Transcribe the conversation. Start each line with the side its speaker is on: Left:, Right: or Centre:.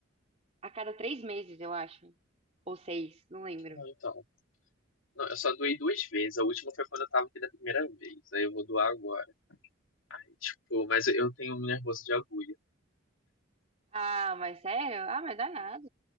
Right: a cada três meses, eu acho. Ou seis, não lembro.
Left: Não, então. Não, eu só doei duas vezes. A última foi quando eu tava aqui da primeira vez. Aí eu vou doar agora. Ai, tipo, mas eu eu tenho um nervoso de agulha.
Right: Ah, mas sério? Ah, mas dá nada.